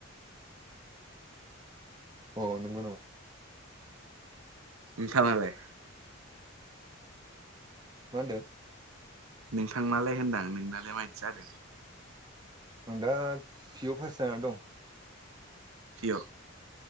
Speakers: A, on the right (about 20°); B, on the right (about 80°).
A: अ नंगौ नामा?
B: नोंथाङालाय?
A: मा होनदों?
B: नोंथांनालाय होनदां नोंनालाय मायदि जादों?
A: आं दा पि अ पास जानानै दं।
B: पि अ